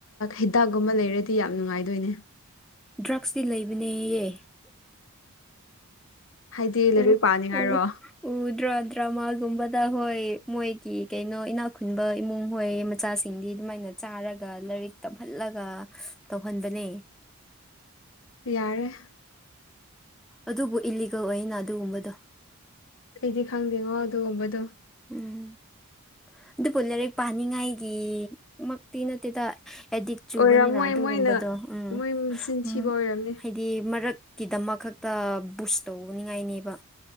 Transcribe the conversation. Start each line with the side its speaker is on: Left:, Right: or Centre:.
Left: ꯍꯤꯗꯥꯛꯀꯨꯝꯕ ꯂꯩꯔꯗꯤ ꯌꯥꯝ ꯅꯨꯡꯉꯥꯏꯗꯣꯏꯅꯦ
Centre: ꯗ꯭ꯔꯛꯁꯇꯤ ꯂꯩꯕꯅꯦꯌꯦ
Left: ꯍꯥꯏꯗꯤ ꯂꯥꯏꯔꯤꯛ
Centre: ꯑꯣ
Left: ꯄꯥꯅꯤꯡꯉꯥꯏꯔꯣ
Centre: ꯑꯣ ꯎ ꯗ꯭ꯔꯥ ꯗ꯭ꯔꯃꯥꯒꯨꯝꯕꯗ ꯍꯣꯏ ꯃꯣꯏꯒꯤ ꯀꯩꯅꯣ ꯏꯅꯥꯛ ꯈꯨꯨꯟꯕ ꯏꯃꯨꯡ ꯍꯣꯏꯌꯦ ꯃꯆꯥꯁꯤꯡꯗꯤ ꯑꯗꯨꯃꯥꯏꯅ ꯆꯥꯔꯒ ꯂꯥꯏꯔꯤꯛ ꯇꯝꯍꯜꯂꯒ ꯇꯧꯍꯟꯕꯅꯦ
Left: ꯌꯥꯔꯦ
Centre: ꯑꯗꯨꯕꯨ ꯏꯂꯤꯒꯜ ꯑꯣꯏꯅ ꯑꯗꯨꯒꯨꯝꯕꯗꯣ
Left: ꯑꯩꯗꯤ ꯈꯪꯗꯦꯉꯣ ꯑꯗꯨꯒꯨꯝꯕꯗꯣ
Centre: ꯎꯝ ꯑꯗꯨꯕꯨ ꯂꯥꯏꯔꯤꯛ ꯄꯥꯅꯤꯡꯉꯥꯏꯒꯤ ꯃꯛꯇꯤ ꯅꯠꯇꯦꯗ ꯑꯦꯗꯤꯛ ꯆꯨꯕꯅꯤꯅ
Left: ꯑꯣꯏꯔꯝꯃꯣꯏ
Centre: ꯑꯗꯨꯒꯨꯝꯕꯗꯣ
Left: ꯃꯣꯏꯅ
Centre: ꯎꯝ
Left: ꯃꯣꯏ ꯃꯆꯤꯟ
Centre: ꯍꯥꯏꯗꯤ
Left: ꯊꯤꯕ ꯑꯣꯏꯔꯝꯅꯤ
Centre: ꯍꯥꯏꯗꯤ ꯃꯔꯛꯀꯤꯗꯃꯛ ꯈꯛꯇ ꯕꯨꯁ ꯇꯧꯅꯤꯡꯉꯥꯏꯅꯦꯕ